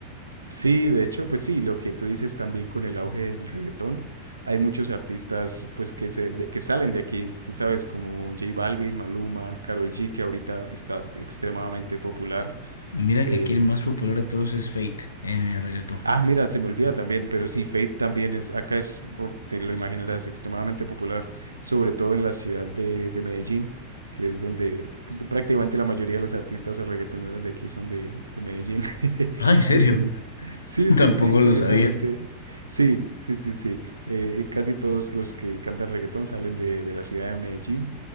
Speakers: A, on the right (about 80°); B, on the left (about 75°).
A: Sí, de hecho, pues sí, lo que tú dices también con el auge del reggaetón, hay muchos artistas pues que se de- que salen de aquí, tú sabes, como J Balvin, Maluma, Karol G, que ahorita está extremadamente popular,
B: Mira
A: eh,
B: que aquí el más popular de todos es Fate en el reggaetón.
A: Ah, mira, se me olvida también, pero sí, Fate también es, acá es, oh, te lo imaginarás, extremadamente popular, sobre todo en la ciudad de, de Medellín, que es donde de- prácticamente la mayoría de los artistas o reggaetoneros de aquí son de, de Medellín. <laughs>
B: Ah, ¿en serio?
A: Entonces, sí,
B: <laughs>
A: sí,
B: Tampoco
A: sí, curiosamente,
B: lo sabía.
A: sí, sí, sí, sí. Eh, casi todos los que cantan reggaetón salen de, de la ciudad de Medellín,